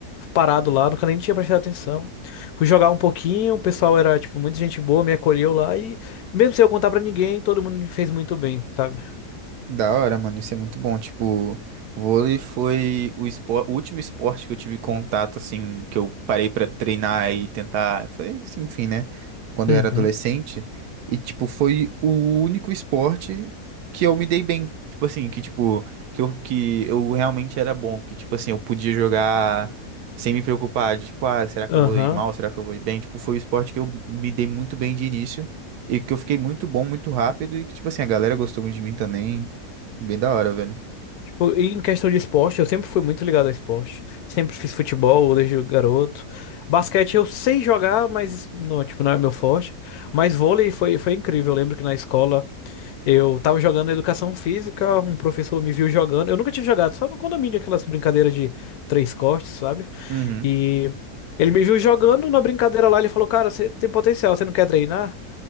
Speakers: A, on the left; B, on the right.
A: parado lá, nunca nem tinha prestado atenção. Fui jogar um pouquinho, o pessoal era, tipo, muita gente boa, me acolheu lá e, mesmo sem eu contar pra ninguém, todo mundo me fez muito bem, sabe?
B: Da hora, mano, isso é muito bom. Tipo, vôlei foi o, espor- o último esporte que eu tive contato, assim, que eu parei pra treinar e tentar. Foi, assim, enfim, né? Quando
A: Uhum.
B: eu era adolescente. E, tipo, foi o único esporte que eu me dei bem. Tipo assim, que, tipo, que eu, que eu realmente era bom. Que, tipo assim, eu podia jogar sem me preocupar de, tipo, ah, será que
A: Aham.
B: eu vou ir mal? Será que eu vou ir bem? Tipo, foi o esporte que eu me dei muito bem de início. E que eu fiquei muito bom, muito rápido, e que, tipo assim, a galera gostou muito de mim também. Bem da hora, velho.
A: Pô, E em questão de esporte, eu sempre fui muito ligado a esporte. Sempre fiz futebol desde garoto. Basquete eu sei jogar, mas não, tipo, não é meu forte. Mas vôlei foi, foi incrível. Eu lembro que na escola eu tava jogando educação física, um professor me viu jogando. Eu nunca tinha jogado, só no condomínio, aquelas brincadeiras de três cortes, sabe?
B: Uhum.
A: E ele me viu jogando na brincadeira lá, ele falou, cara, você tem potencial, você não quer treinar?